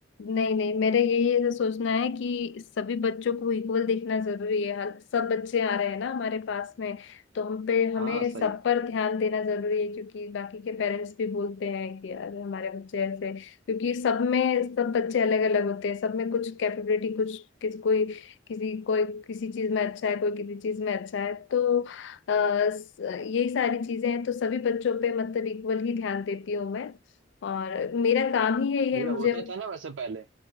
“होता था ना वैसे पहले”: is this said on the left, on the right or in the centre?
Right